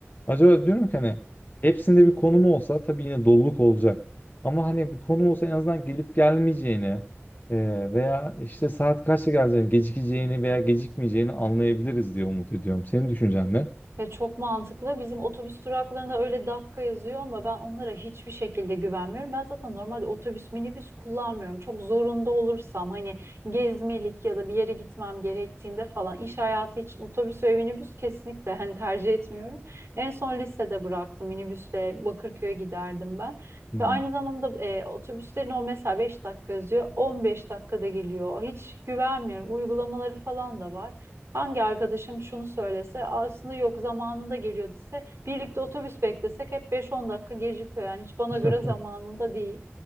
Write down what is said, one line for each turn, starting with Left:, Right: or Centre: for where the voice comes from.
Left: Acaba diyorum ki hani hepsinde bir konum olsa tabii yine doluluk olacak. Ama hani bir konum olsa en azından gelip gelmeyeceğini e, veya işte saat kaçta geleceğini, gecikeceğini veya gecikmeyeceğini anlayabiliriz diye umut ediyorum. Senin düşüncen ne?
Right: Ya çok mantıklı. Bizim otobüs duraklarında öyle dakika yazıyor ama ben onlara hiçbir şekilde güvenmiyorum. Ben zaten normalde otobüs, minibüs kullanmıyorum. Çok zorunda olursam hani gezmelik ya da bir yere gitmem gerektiğinde falan iş hayatı için otobüs ve minibüs kesinlikle hani tercih etmiyorum. En son lisede bıraktım minibüsle Bakırköy'e giderdim ben.
Left: Hmm.
Right: Ve aynı zamanda e, otobüslerin o mesela 5 dakika yazıyor, 15 dakikada geliyor. Hiç güvenmiyorum. Uygulamaları falan da var. Hangi arkadaşım şunu söylese aslında yok zamanında geliyor dese birlikte otobüs beklesek hep beş on dakika gecikiyor yani hiç bana göre
Left: <laughs>
Right: zamanında değil.